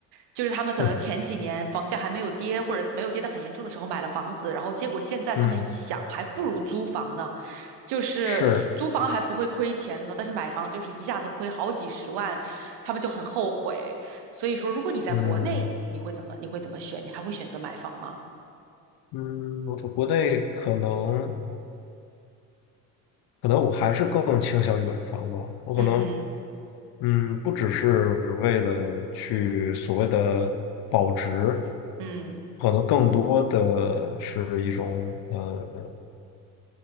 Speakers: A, on the right; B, on the left.
A: 就是他们可能前几年房价还没有跌，
B: <laughs>
A: 或者没有跌得很严重的时候买了房子，然后结果现在他们一想，
B: 嗯
A: 还不如租房呢，就是租租房还不会亏钱呢，
B: 是，
A: 但是买房就是一下子亏好几十万，他们就很后悔。所以说，如果你在国内，
B: 嗯
A: 你会怎么你会怎么选？你还会选择买房吗？
B: 嗯，我在国内可能。可能我还是更倾向于买房吧。我可能，
A: 嗯嗯
B: 嗯，不只是为了去所谓的保值，
A: 嗯。
B: 可能更多的是一种，呃，